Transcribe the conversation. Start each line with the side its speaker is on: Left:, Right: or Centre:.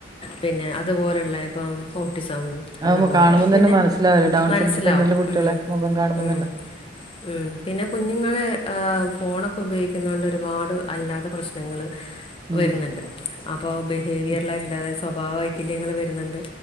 Left: പിന്നെ അതുപോലുള്ള ഇപ്പം ഓട്ടിസം
Right: ആവുമ്പ
Left: അതുപോലെ
Right: കാണുമ്പം
Left: ഇപ്പം
Right: തന്നെ
Left: പിന്നെ
Right: മനസ്സിലാവുമല്ലോ ഡൗൺ
Left: മനസ്സിലാവും
Right: സെന്റർ തന്നെല്ല കുട്ടികളെ
Left: ഉം
Right: മുഖം കാണുമ്പം
Left: ഉം
Right: തന്നെ
Left: ഉം പിന്നെ കുഞ്ഞുങ്ങളെ ഫോണൊക്കെ ഉപയോഗിക്കുന്ന കൊണ്ട് ഒരുപാട് അല്ലാത്ത പ്രശ്നങ്ങൾ
Right: ഉം
Left: വരുന്നുണ്ട് അപ്പോ ബിഹേവിയറിലല്ലാതെ
Right: ഉം
Left: സ്വഭാവ വൈകല്യങ്ങൾ വരുന്നുണ്ട്